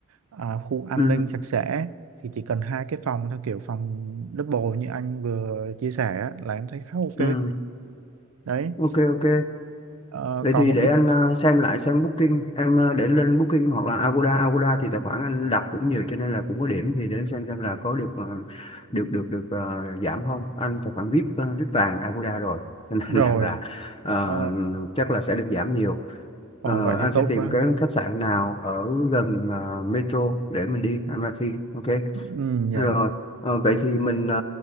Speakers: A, on the right; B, on the left.
A: à, khu an
B: ừ,
A: ninh sạch sẽ thì chỉ cần hai cái phòng theo kiểu phòng double như anh vừa chia sẻ á, là em thấy khá ok
B: ừ,
A: đấy
B: ok ok
A: ờ,
B: Vậy
A: còn
B: thì
A: một
B: để
A: ít
B: anh ờ, xem lại xem Booking em ờ, để lên Booking hoặc là Agoda Agoda thì tài khoản anh đặt cũng nhiều cho nên là cũng có điểm thì để anh xem xem là có được ờ, được được được ờ, giảm không anh tài khoản VIP ờ, VIP vàng Agoda rồi <laughs> cho
A: rồi
B: nên rằng là ờ,
A: ờ,
B: chắc là sẽ được giảm nhiều
A: ồ
B: Ờ,
A: vậy thì
B: anh
A: tốt
B: sẽ tìm
A: quá
B: cái khách sạn nào ở gần ờ, metro để mình đi anh Matthew ok
A: ừ, dạ
B: rồi ờ, vậy thì mình ờ,